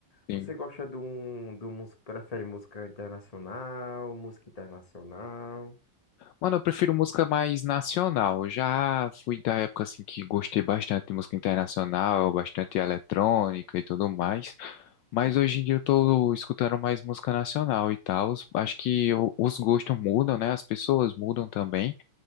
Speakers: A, on the left; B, on the left.
A: Sim.
B: Você gosta de um, do músico, prefere música internacional, música internacional?
A: Mano, eu prefiro música mais nacional. Eu Já fui da época assim que gostei bastante de música internacional, bastante eletrônica e tudo mais. Mas hoje em dia eu tô escutando mais música nacional e tal. Acho que o- os gostos mudam, né? As pessoas mudam também.